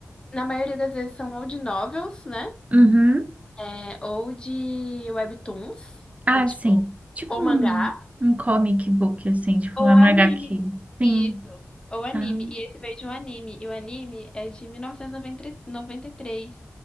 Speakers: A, on the left; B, on the right.
A: Na maioria das vezes são ou de novels, né?
B: Uhum.
A: É, ou de webtoons,
B: Ah,
A: que é tipo,
B: sim. Tipo
A: ou mangá,
B: um, um comic book, assim, tipo
A: ou
B: um MHQ.
A: anime.
B: Sim.
A: Isso, ou anime.
B: Ah.
A: E esse veio de um anime. E o anime é de mil novecentos e e noventa e três